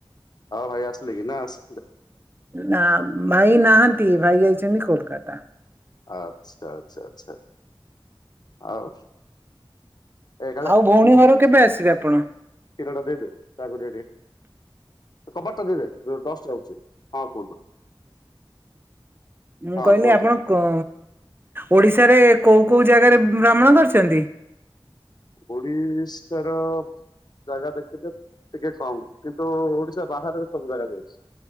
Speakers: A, on the left; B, on the right.
A: ହଉ ଭାଇ ଆସିଲେ କି ନା ଆସ୍
B: ନା ଭାଇ ନାହାନ୍ତି ଭାଇ ଯାଇଛନ୍ତି କୋଲକାତା।
A: ଆଚ୍ଛା ଆଚ୍ଛା ଆଚ୍ଛା ଆଉ। ଏ
B: ଆଉ ଭଉଣୀ ଘରକୁ କେବେ ଆସିବେ ଆପଣ?
A: କ୍ଷୀର ଟା ଦେଇଦେ ତାଙ୍କୁ ଦେଇଦେ। କବାଟ ଟା ଦେଇ ଦେ ଡଷ୍ଟ ଆଉଛି ହଁ କୁହନ୍ତୁ।
B: ମୁଁ
A: ହଁ
B: କହିଲି
A: କୁହନ୍ତୁ
B: ଆପଣ କ ଓଡିଶାରେ କୋଉ କୋଉ ଜାଗାରେ ଭ୍ରମଣ କରିଛନ୍ତି?
A: ଓଡିଶା ର ଜାଗା ଦେଖିତେ ଟିକେ କମ କିନ୍ତୁ ଓଡିଶା ବାହାରେ ସବୁ ଜାଗା ଯାଇଛି।